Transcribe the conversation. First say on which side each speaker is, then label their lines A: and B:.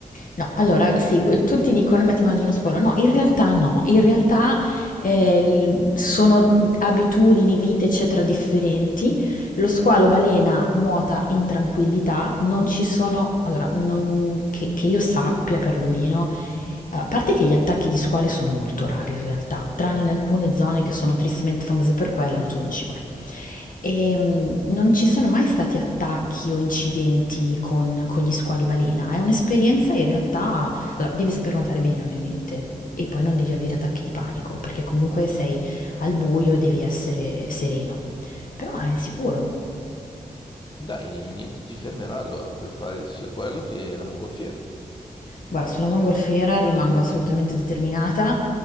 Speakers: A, on the left; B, on the left.
A: No, allora sì, tutti dicono: "Ma ti mangi uno sporo". No, in realtà no, in realtà, ehm, sono abitudini, vite, eccetera, differenti. Lo squalo balena nuota in tranquillità, non ci sono allora, non che che io sappia perlomeno, Eh, a parte che gli attacchi di squali sono molto rari in realtà, tranne in alcune zone che sono tristemente famose per quelle, ma tu non ci vai. E mh, non ci sono mai stati attacchi o incidenti con, con gli squali balena. È un'esperienza in realtà. Allora, devi saper nuotare bene, ovviamente, e poi non devi avere attacchi di panico, perché comunque sei al buio e devi essere sereno. Però è sicuro.
B: Dai, niente ti fermerà allora, puoi fare sia quello che la mongolfiera.
A: Guarda, sulla mongolfiera rimango assolutamente determinata.